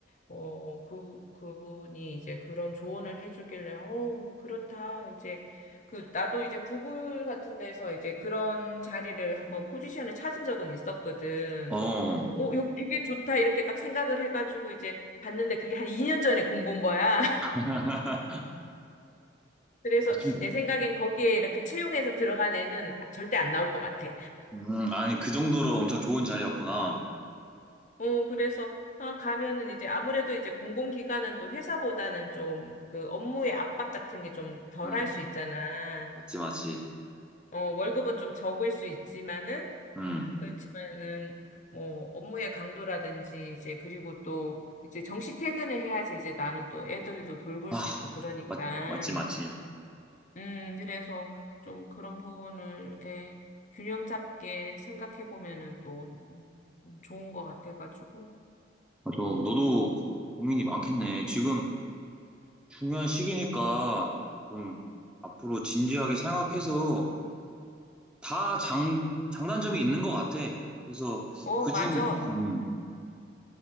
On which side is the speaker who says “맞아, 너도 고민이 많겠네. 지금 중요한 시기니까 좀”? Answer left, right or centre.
Centre